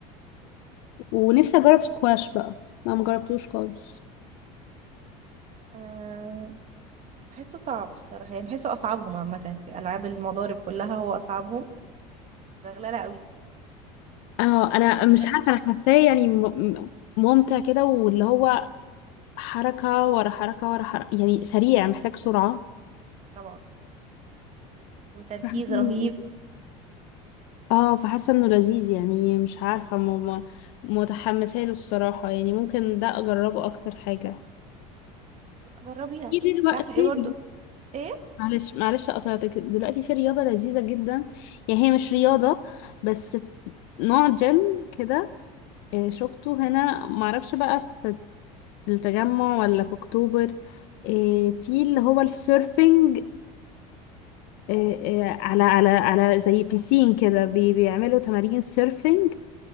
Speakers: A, on the left (about 70°); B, on the right (about 40°).
A: ونفسي أجرب سكواش بقى ما مجربتوش خالص
B: آه بحسه صعب الصراحه يعني بحسه اصعبهم عامه في العاب المضارب كلها هو اصعبهم زغلله قوي
A: اه انا
B: حاربي
A: مش
B: نفسك
A: عارفه انا حاساه يعني م- م- ممتع كده واللي هو حركه ورا حركه ورا حركه يعني سريع محتاج سرعه
B: طبعا وتركيز
A: فحاسه
B: رهيب
A: إنه- اه فحاسه انه لذيذ يعني مش عارفه م- م- متحمسه له الصراحه يعني ممكن ده اجربه اكتر حاجه
B: لا، جربيها انت
A: في دلوقتي
B: عارفه ايه برضو ايه
A: معلش معلش قطعتك دلوقتي في رياضة لذيذة جدا يعني هي مش رياضة بس في نوع جيم كده آه، شفته هنا معرفش بقى في التجمع ولا في اكتوبر آه، في اللي هو السيرفنج آه، آه، على على على زي بيسين كده بي- بيعملوا تمارين سيرفنج